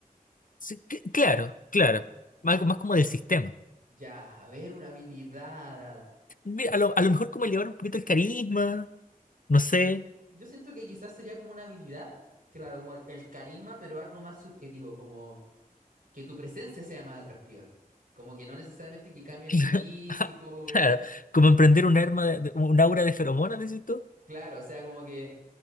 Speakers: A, on the left (about 65°); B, on the right (about 70°).
A: Sí, cl- claro, claro. Más, más como del sistema.
B: Ya, a ver, una habilidad.
A: Mira, a lo, a lo mejor como elevar un poquito el carisma, no sé.
B: Yo, sien- yo siento que quizás sería como una habilidad, claro, como el el carisma, pero algo más subjetivo, como que tu presencia sea más atractiva. Como que no necesariamente que cambie
A: <laughs>
B: tu físico,
A: Claro, como emprender un arma de, de- un aura de feromonas, decís tú.
B: claro, o sea, como que